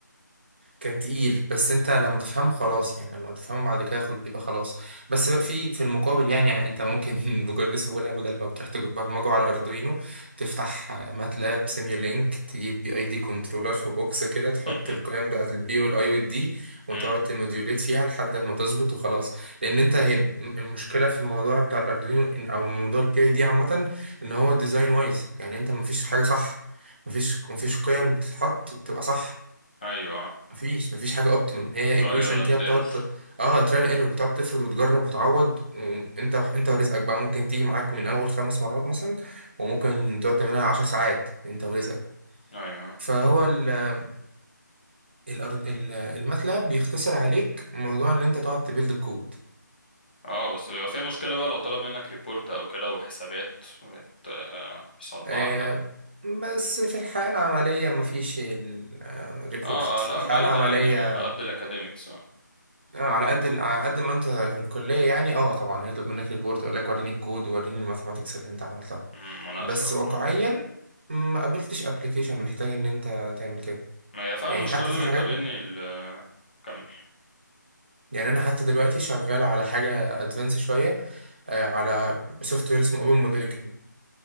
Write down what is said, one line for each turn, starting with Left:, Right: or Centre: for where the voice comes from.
Right: كان تقيل بس انت لما تفهمه خلاص يعني لما تفهمه بعد كده خلاص بيبقى خلاص بس بقى في في المقابل يعني يعني انت ممكن <laughs> بكل سهوله بدل ما بتروح تبرمجه على اردوينو تفتح ماتلاب سيميولينك تجيب بي اي دي كنترولر في بوكس كده تحط
Left: <laughs>
Right: القيم بتاعت البي والاي والدي وتقعد
Left: مم.
Right: تموديوليت فيها لحد ما تظبط وخلاص لان انت هي المشكله في الموضوع بتاع الاردوينو إن- او موضوع البي اي دي عامه ان هو ديزاين وايز يعني انت مفيش حاجه صح مفيش مفيش قيم بتتحط تبقى صح
Left: ايوه
Right: مفيش مفيش حاجة اوبتيمم هي
Left: ترايل
Right: ايكويشن
Left: اند
Right: كده بتقعد
Left: ايرور
Right: ت- اه تراي ايرور بتقعد تفرض وتجرب وتعوض وانت انت ورزقك بقى ممكن تيجي معاك من اول خمس مرات مثلا وممكن تقعد تعملها عشر ساعات انت ورزقك
Left: ايوه
Right: فهو ال الأرض ال- الماتلاب بيختصر عليك موضوع ان انت تقعد تبيلد الكود
Left: اه بس بيبقى فيها مشكلة بقى لو طلب منك ريبورت او كده وحسابات بت- آه، يصدعك
Right: آه،
Left: بقى
Right: بس في الحياة العملية مفيش الريبورت
Left: اه
Right: في
Left: لا
Right: الحياة
Left: بعيدا
Right: العملية
Left: يعني على قد الاكاديميكس اه
Right: اه على قد ال- على قد ما انت في الكليه يعني اه طبعا هيطلب منك ريبورت يقول لك وريني الكود وريني الماثماتكس اللي انت عملتها
Left: مم، مناقشة
Right: بس
Left: وبتاع
Right: واقعيا ما قابلتش ابلكيشن محتاج ان انت تعمل كده
Left: ما هي فعلا
Right: يعني
Left: المشكلة
Right: حتى في
Left: اللي
Right: حاجات
Left: بتقابلني ال كمل
Right: يعني انا حتى دلوقتي شغال على حاجه ادفانس شويه آه، على سوفت وير اسمه اوبن موديليكا